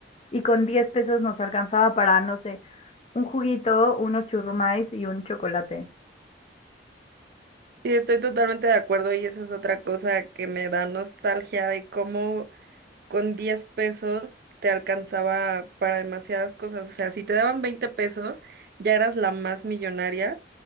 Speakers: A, on the left (about 35°); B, on the right (about 55°).
A: Y con 10 pesos nos alcanzaba para, no sé, un juguito, unos churrumais y un chocolate.
B: Sí, estoy totalmente de acuerdo y eso es otra cosa que me da nostalgia de cómo con 10 pesos te alcanzaba para demasiadas cosas. O sea, si te daban 20 pesos, ya eras la más millonaria